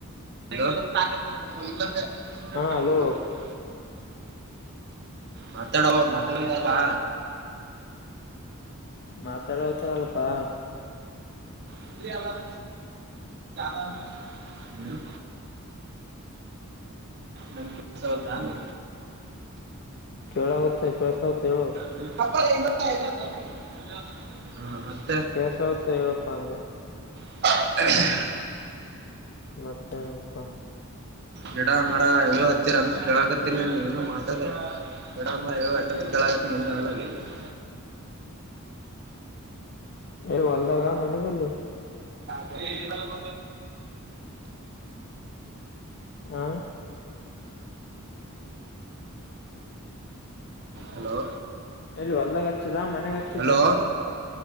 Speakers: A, on the right; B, on the left.
A: ಹಲೋ, ಇಲ್ಲಾಂದ್ರೆ ಸುಮ್ನೆ
B: ಹಾ
A: ಬಿಟ್ಟುಬಿಡಬೇಕು
B: ಅಲೋ
A: ಮಾತಾಡೋಗು ಮಾತಾಡೋದಾಯ್ತ
B: ಮಾತಾಡೋತನ ಅಲ್ಪಾ
A: ಇದ್ರೆ ಎಲ್ಲಾದ್ರೂ ಹ್ಮ್ ನಮ್ ಕೆಸವ ತಾನು
B: ಕೇಳಾಗುತ್ತ ಕೆೇಳಸಗುತ್ತ ಹೇಳು
A: <inaudible>
B: ಕೆಲ್ಸವಾತ ಹೇಳಪ್ಪಾ ಅಂದೆ.
A: <inaudible>
B: ಮತ್ತೇನಿಲ್ಪ.
A: ಗಿಡ ಮರ ಏನೇನೋ ಹಚ್ಚಿರಿ ಅಂತ ಕೆಲಕತ್ತಿನಿ ನಾನ್ ಏನು ಮಾತಾಡಿಲ್ಲ ಗಿಡ ಮರ <unintelligible> ಕೆಲಕತ್ತಿನಿ ಏನು ಹೇಳಲ್ಲಲಾಗಿದಿ. <inaudible>
B: ಏ ಹೊಲ್ದಾಗ ಮನಿ ಬಲ್ಲಿ
A: <inaudible>
B: ಹ
A: ಹಲೋ.
B: ಎಲ್ಲಿ ಹೊಲ್ದಗ್ ಹಚ್ಚಿದ ಮನ್ಯಾಗ ಹಚ್ಚಿದ್ದ?
A: Hello